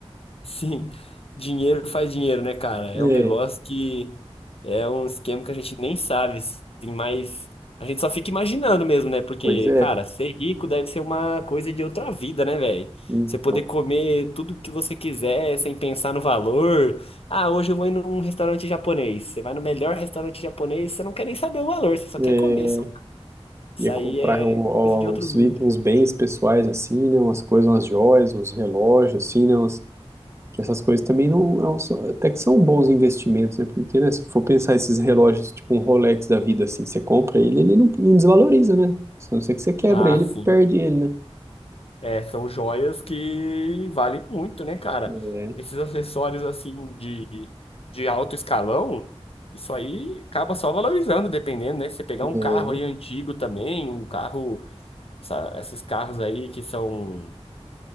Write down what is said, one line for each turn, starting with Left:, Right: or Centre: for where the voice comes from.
Left: Sim, dinheiro faz dinheiro, né, cara? É
Right: É,
Left: um negócio que é um esquema que a gente nem sabe, assim, mas a gente só fica imaginando mesmo, né? Porque,
Right: pois é.
Left: cara, ser rico deve ser uma coisa de outra vida, né, velho?
Right: Então,
Left: Você poder comer tudo que você quiser sem pensar no valor. Ah, hoje eu vou ir num restaurante japonês. Você vai no melhor restaurante japonês, você não quer nem saber o valor, você só
Right: é,
Left: quer comer. só. Isso
Right: ia
Left: aí
Right: comprar
Left: é
Right: um-
Left: coisa de outro
Right: uns,
Left: mundo,
Right: i-
Left: né?
Right: uns bens pessoais assim, né? Umas coisas, umas joias, uns relógios assim, né? Que essas coisas também não. é um- são- Até que são bons investimentos, né? Porque, né, se for pensar esses relógios, tipo um Rolex da vida, assim, você compra ele, ele não, não desvaloriza, né? Só não ser que você quebra
Left: Ah,
Right: ele,
Left: sim.
Right: perde ele, né?
Left: É, são joias que valem muito, né, cara?
Right: É,
Left: Esses acessórios assim de, de alto escalão, isso aí acaba só valorizando, dependendo, né? Você pegar um
Right: é,
Left: carro aí antigo também, um carro, essa- esses carros aí que são